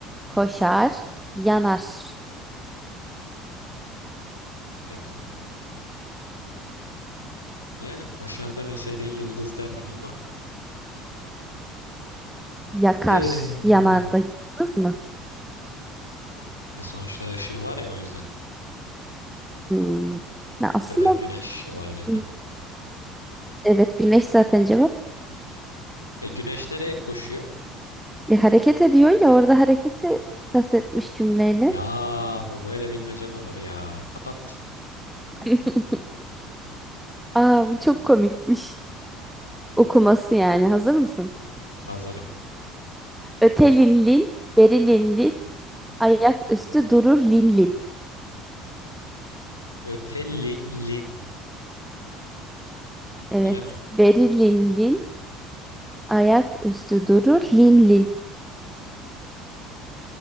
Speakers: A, in the centre; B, on the left.
A: koşar, yanar,
B: Hmm, Yani koşar demeseydin yıldız derdim ama
A: yakar.
B: eee,
A: Yanar da yıldız mı?
B: ya sonuçta ışığı var ya o yüzden.
A: Hmm. Ne aslında
B: Ya da güneş olabilirdi.
A: hmm, evet güneş zaten cevap.
B: E güneş nereye koşuyor?
A: Bir hareket ediyor ya orada hareketi kastetmiş cümleyle.
B: Yahu böyle bilmecem olur ya. Kapat.
A: <laughs> Aa bu çok komikmiş. Okuması yani. Hazır mısın?
B: Hazırım.
A: Ötelinlin, berilinlin, ayak üstü durur linlin.
B: Ötelinlin.
A: Evet,
B: Öyle mi?
A: berilinlin Ayak üstü durur, lin lin